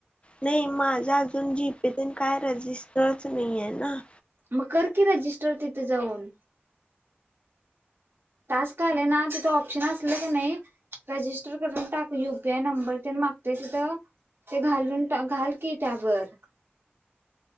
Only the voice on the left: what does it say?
नई माझ अजून, जीपे तेन काय रजिस्टरच न्हाई आहे ना.